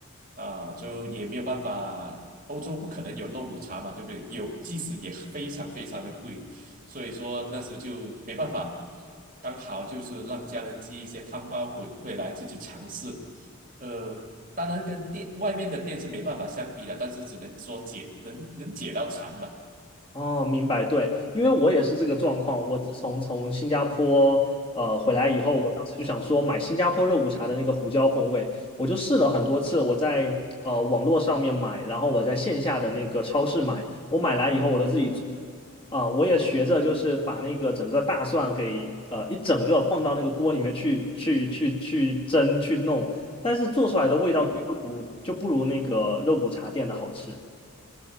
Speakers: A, on the right (about 40°); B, on the left (about 25°).
A: 啊、就也没有办法，欧洲不可能有肉骨茶嘛，对不对？有，即使也非常非常的贵，所以说那时就没办法，刚好就是让家人寄一些汤包回回来自己尝试，呃，当然跟店外面的店是没办法相比的，但是只能说解能能解到馋吧。
B: 哦，明白，对，因为我也是这个状况。我自从从新加坡呃回来以后，
A: 嗯哼，
B: 我当时就想说买新加坡肉骨茶的那个胡椒风味，我就试了很多次。我在呃网络上面买，然后我在线下的那个超市买，我买来以后我都自己做
A: 嗯哼，
B: 啊、我也学着就是把那个整个大蒜给呃一整个放到那个锅里面去去去去蒸去弄，但是做出来的味道就不如就不如那个肉骨茶店的好吃。
A: 对对对，